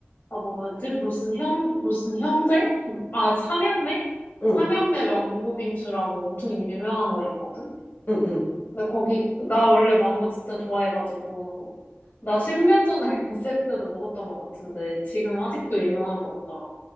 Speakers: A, on the left; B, on the left.
A: 아, 뭐였지? 무슨 형, 무슨 형제? 아, 삼형매?
B: 응,
A: 삼형매 망고 빙수라고 엄청 유명한 거 있거든?
B: 응, 응.
A: 근데 거기, 나 원래 망고 진짜 좋아해가지고, 나 10년 전에 <laughs> 갔을 때도 먹었던 것 같은데, 지금 아직도 유명한 것 같더라고.